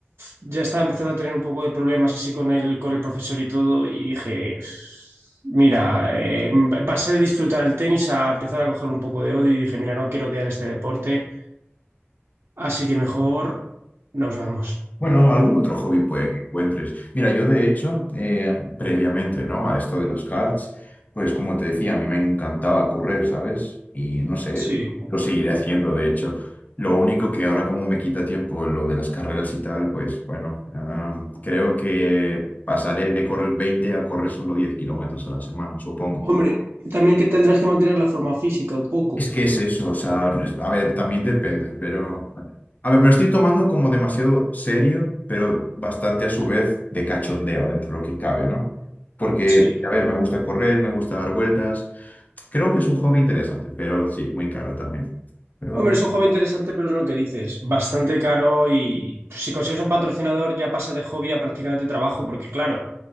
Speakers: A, on the right; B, on the left.
A: Ya estaba empezando a tener un poco de problemas así con el, con el profesor y todo y dije... Mira, eh, pasé de disfrutar el tenis a empezar a coger un poco de odio y dije, mira, no quiero odiar este deporte Así que mejor nos vamos.
B: Bueno, algún otro hobby puede que encuentres. Mira, yo de hecho, eh, previamente, ¿no? A esto de los karts, pues como te decía, a mí me encantaba correr, ¿sabes? Y no sé,
A: Sí.
B: lo seguiré haciendo, de hecho. Lo único que ahora como me quita tiempo lo de las carreras y tal, pues bueno, ah, creo que pasaré de correr 20 a correr solo 10 kilómetros a la semana, supongo.
A: Hombre, también que tendrás que mantener la forma física un poco.
B: Es que es eso, o sea, es- a ver, también depende, pero... A ver, me lo estoy tomando como demasiado serio, pero bastante a su vez de cachondeo dentro de lo que cabe, ¿no? Porque,
A: Sí.
B: a ver, me gusta correr, me gusta dar vueltas. Creo que es un hobby interesante, pero sí, muy caro también. Pero,
A: Hombre, es un hobby interesante, pero es lo que dices, bastante caro y si consigues un patrocinador ya pasa de hobby a prácticamente trabajo, porque claro,